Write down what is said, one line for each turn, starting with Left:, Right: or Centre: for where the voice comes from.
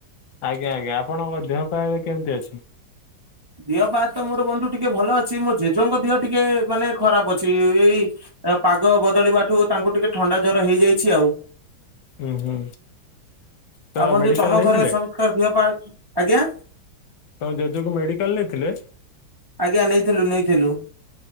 Left: ଆଜ୍ଞା ଆଜ୍ଞା ଆପଣଙ୍କ ଦେହ ପାହା କେମତି ଅଛି?
Right: ଦେହ ପାହା ତ ମୋର ବନ୍ଧୁ ଟିକେ ଭଲ ଅଛି। ମୋ ଜେଜେ ଙ୍କ ଦିହ ଟିକେ ମାନେ ଖରାପ ଅଛି ଏଇ ପାଗ ବଦଳିବା ଠୁ ତାଙ୍କୁ ଟିକେ ଥଣ୍ଡା ଜର ହେଇଯାଇଛି ଆଉ।
Left: ହୁଁ ହୁଁ ତ
Right: ଆଉ ବନ୍ଧୁ
Left: ମେଡିକାଲ
Right: ତମ
Left: ନେଇଥିଲେ?
Right: ଘରେ ସମତଙ୍କ ଦେହ ପାହା ଆଜ୍ଞା?
Left: ତମ ଜେଜେଙ୍କୁ ମେଡିକାଲ ନେଇେଥିଲେ?
Right: ଆଜ୍ଞା ନେଇଥିଲୁ ନେଇଥିଲୁ।